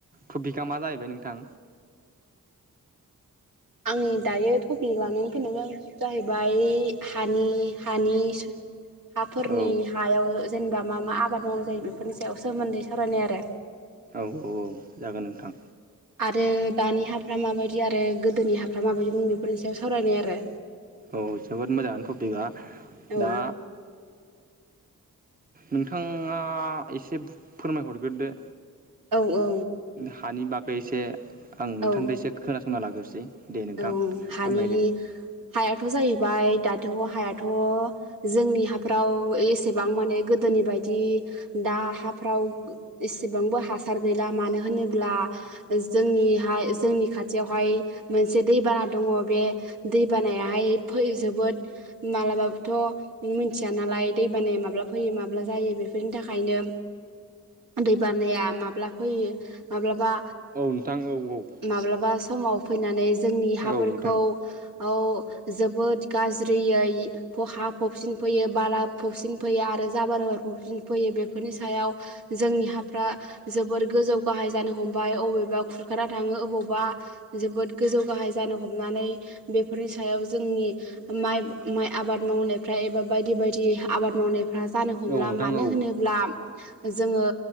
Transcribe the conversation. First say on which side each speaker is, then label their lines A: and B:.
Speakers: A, on the right (about 25°); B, on the right (about 70°).
A: थभकआ मा जाहैबाय नोंथां?
B: आंनि दायो थटपिक लानानै फैनाय जाबाय जाहैबाय हानि हानि हाफोरनि
A: औ
B: हायाव जेनेबा मा मा आबाद मावनाय जायो बेफोरनि सायाव सोमोन्दै सावरायनाय आरो।
A: औ औ औ जागोन नोंथां।
B: आरो दानि हाफ्रा माबायदि आरो गोदोनि हाफ्रा माबायदि बुं बेफोरनि सायाव सावरायनाय आरो।
A: औ जोबोद मोजां टपिकआ
B: औ
A: दा नोंथाङा एसे फोरमायहरग्रोदो।
B: औ औ
A: हानि बागै एसे आं नोंथांजोंसे
B: औ
A: खोनासंना लाग्रोसै। दे नोंथां
B: औ हानि
A: फोरमायदो
B: हायाथ' जाहैबाय दाथ' हायाथ' जोंनि हाफ्राव एसेबां माने गोदोनि बायदि। दा हाफ्राव एसेबांबो हासार गैला मानो होनोब्ला। जोंनिहाय जोंनि खाथियावहाय मोनसे दैबाना दङ बे दैबानायाहायै जोबोद माबलाबाबोथ' न मिथिया नालाय दै बानाया माब्ला फैयो माब्ला जायो बेफोरनि थाखायनो दै बानाया माब्ला फैयो माब्लाबा
A: औ नोंथां औ औ
B: माब्लाबा समाव फैनानै जोंनि हाफोरखौ
A: औ नोंथां
B: औ जोबोद गाज्रियै हा फबसिन फैयो बाला फबसिन फैयो आरो जाबार फबसिन फैयो बेफोरनि सायाव जोंनि हाफ्रा जोबोर गोजौ गाहाय जानो हमबाय अबेबा खुरखाना थाङो अबावबा जोबोद गोजौ गाहाय जानो हमनानै बेफोरनि सायाव जोंनि माइ माइ आबाद मावनायफ्रा एबा बायदि बायदि आबाद मावनायफ फ्रा जानो हमला
A: औ नोंथां
B: मानो
A: औ
B: होनोब्ला अब्ला जोङो